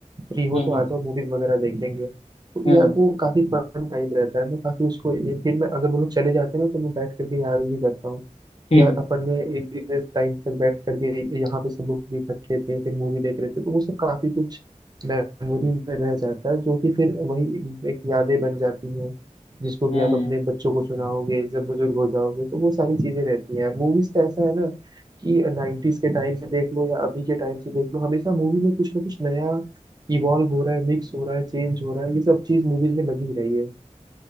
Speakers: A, on the right; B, on the left.
A: फ्री हो
B: हम्म
A: तो आ जाओ मूवीज वगैरह देखेंगे तो
B: हम्म
A: यार
B: हम्म
A: वो काफी फन टाइम रहता है मैं काफी उसको ये- फिर मैं अगर वो लोग चले जाते हैं ना तो मैं बैठ करके याद भी करता हूँ
B: हम्म,
A: कि यार अपन ने इत- इतने टाइम तक बैठ करके यहाँ पे सब लोग भी इकट्ठे थे फिर मूवी देख रहे थे तो वो सब काफी कुछ मेमोरी में रह जाता है जो कि फिर वही एक यादें बन जाती हैं जिसको
B: हम्म।
A: कि आप अपने बच्चों को सुनाओगे जब बुजुर्ग हो जाओगे तो वो सारी चीजें रहती हैं मूवीज का ऐसा है ना कि नाइन्टीज के टाइम से देख लो या अभी के टाइम से देख लो हमेशा मूवी में कुछ ना कुछ नया इवॉल्व हो रहा है मिक्स हो रहा है चेंज हो रहा है ये सब चीज मूवीज में लगी रही है